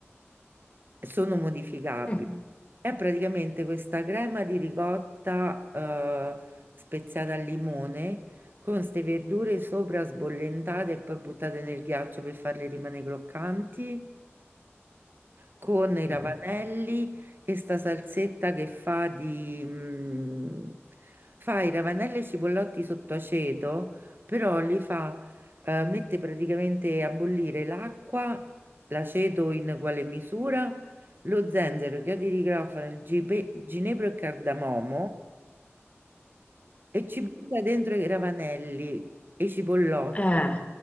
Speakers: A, on the right; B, on the left.
A: sono modificabili.
B: Mm.
A: È praticamente questa crema di ricotta eh, speziata al limone con queste verdure sopra sbollentate e poi buttate nel ghiaccio per farle rimanere croccanti con i ravanelli
B: Mm.
A: e sta salsetta che fa di... mm, fa i ravanelli e i cipollotti sotto aceto, però li fa, eh, mette praticamente a bollire l'acqua, l'aceto in uguale misura, lo zenzero, chiodi di garofano, il gipe- ginepro e cardamomo e ci butta dentro i ravanelli e i cipollotti
B: Eh,